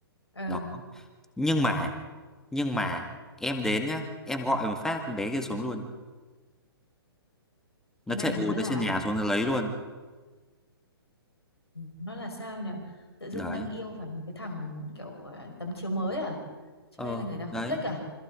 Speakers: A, on the left (about 85°); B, in the centre.
A: ờ
B: Đó. Nhưng mà nhưng mà em đến nhá, em gọi một phát con bé kia xuống luôn. Nó
A: cái này
B: chạy ù
A: nó là
B: tới trên nhà xuống nó lấy luôn.
A: nó là sao nhỉ? Tự dưng
B: Đấy.
A: đang yêu phải một cái thằng kiểu ờ, tấm chiếu mới à? Cho
B: Ờ,
A: nên là người ta không
B: đấy.
A: thích à?